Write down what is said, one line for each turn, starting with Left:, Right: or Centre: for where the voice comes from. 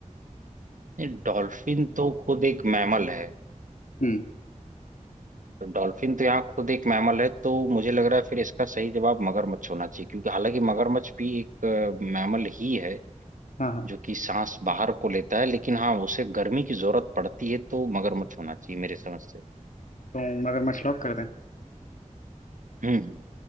Right: नहीं डॉल्फिन तो खुद एक मैमल है
Left: हम्म
Right: तो डॉल्फिन तो यहाँ खुद एक मैमल है तो मुझे लग रहा है फिर इसका सही जवाब मगरमच्छ होना चाहिए क्योंकि हालांकि मगरमच्छ भी एक अ, मैमल ही है
Left: हाँ हाँ
Right: जो कि सांस बाहर को लेता है लेकिन हाँ उसे गर्मी की जरूरत पड़ती है तो मगरमच्छ होना चाहिए मेरे समझ से
Left: तो मगरमच्छ लॉक कर दें
Right: हम्म हम्म